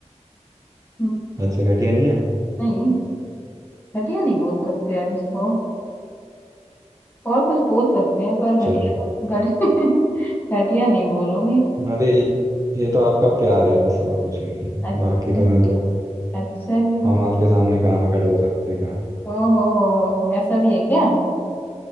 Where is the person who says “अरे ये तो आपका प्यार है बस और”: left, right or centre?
Right